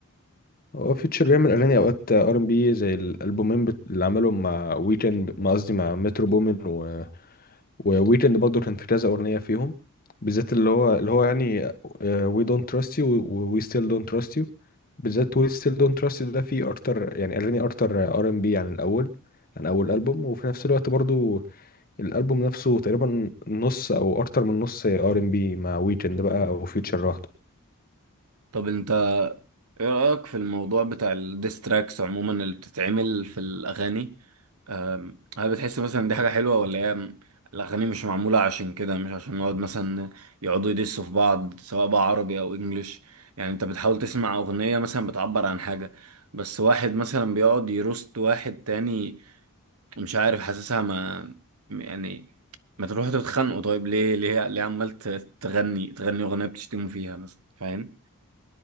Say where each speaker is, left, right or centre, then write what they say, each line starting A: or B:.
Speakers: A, on the left; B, on the right.
A: هو فيوتشر بيعمل اغاني اوقات ار ام بي زي الالبومين بت- اللي عملهم مع ويكند ما قصدي مع مترو بومين و... وويكند برضو كان في كذا اغنيه فيهم بالذات اللي هو اللي هو يعني وي دونت تراست يو وي ستيل دونت تراست يو بالذات وي ستيل دونت تراست يو ده فيه اكتر يعني اغاني اكتر ار ام بي عن الاول عن اول البوم وفي نفس الوقت برضو الالبوم نفسه تقريبا نص او اكتر من نص ار ام بي مع ويكند بقى او فيوتشر لوحده
B: طب انت ايه رأيك في الموضوع بتاع الديستراكس عموما اللي بتتعمل في الأغاني أم، هل بتحس مثلا دي حاجة حلوة ولا هي م- الأغاني مش معمولة عشان كده مش عشان نقعد مثلا يقعدوا يدسوا في بعض سواء بقى عربي أو إنجليش يعني أنت بتحاول تسمع أغنية مثلا بتعبر عن حاجة بس واحد مثلا بيقعد يروست واحد تاني مش عارف حاسسها ما م- يعني ما تروحوا تتخانقوا طيب ليه ليه ليه عمال ت- تغني تغني أغنية بتشتموا فيها مثلا فاهم